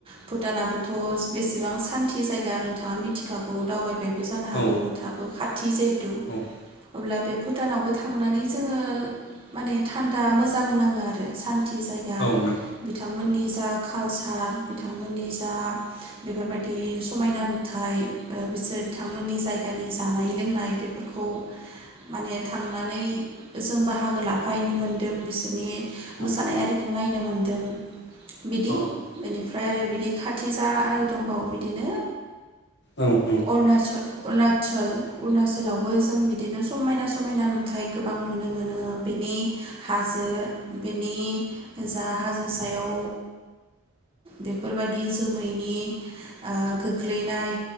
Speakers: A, on the right; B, on the left.
A: भुटानाबोथ' बेसेबां सान दि जायगा नोंथाङा मिथिखागौ दावबाय बायबो जानो हागौ
B: औ
A: नोंथाबो खाथि जहेथु
B: औ
A: अब्ला बे भुटानावबो थांनानै जो जोङो माने थान्दा मोजां नाङो आरो सान थि जायगा
B: औ नंगौ
A: बिथांमोननि जा कालचार बिथांमोननि जा बेफोरबाय दि समायना नुथाय ओ बिसोर बिथांमोननि जायगानि जानाय लोंनाय बेफोरखौ माने थांनानै जों बाहागो लाफाहैनो मोनदों बिसोरनि
B: औ
A: मोसानाय आरिखौ नायनो मोनदों बिदि
B: औ
A: बेनिफ्रा फ्राय आरो बिदि खाथि जा आरो दंबावो बि दिनो
B: औ नंगौ औ औ
A: अरुनाच' अरुनाचल अरुणाचलावबो जों बिदिनो समायना समायना नुथाय गोबां नुनो मोनो बेनि हाजो बेनि जा हाजो सायाव बेफोरबादि जोमैनि आ गोग्लैनाय